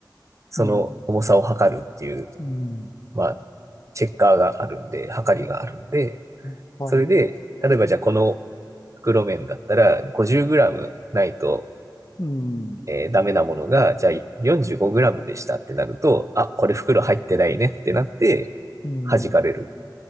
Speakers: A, on the right; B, on the left.
A: その重さを測るっていう、
B: うん。うん。
A: まあ、チェッカーがあるんで、測りがあるんで、
B: えはい。
A: それで、例えばじゃあこの袋麺だったら 50g ないと、
B: うん。
A: えーダメなものが、じゃあ 45g でしたってなると、あ、これ袋入ってないねってなって、
B: うん。
A: 弾かれる。